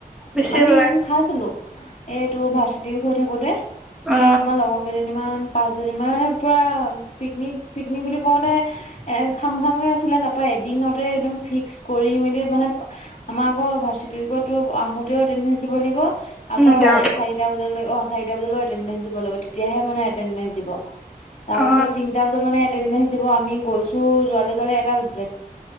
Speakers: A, in the centre; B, on the left.
A: বেছি
B: আমি
A: ওলাই
B: এদিন খাইছিলোঁ। এই তোৰ ভাৰ্চিটি উইক হৈ থাকোতে,
A: অ
B: আমাৰ লগৰ কেইজনীমান পাঁচজনী মানে পুৰা পিকনিক পিকনিক বুলি কওঁতে এ, খাম খামকে আছিলে তাৰপা এদিনতে একদম ফিক্স কৰি মেলি মানে আমাৰ আকৌ ভাৰ্চিটি উইকত তোৰ আঁহোতেও এটেনডেন্স দিব লাগিব আকৌ
A: উম যাওঁতে
B: আ, চাৰিটা বজালৈও অ', চাৰিটা বজালৈও এটেনডেন্স দিব লাগিব তেতিয়াহে মানে এটেনডেন্স দিব। তাৰপিছত
A: অ
B: তিনটা বজাত মানে এটেনডেন্স দিব আমি গৈছোঁ যোৱালে যোৱালে এটা বাজিলে।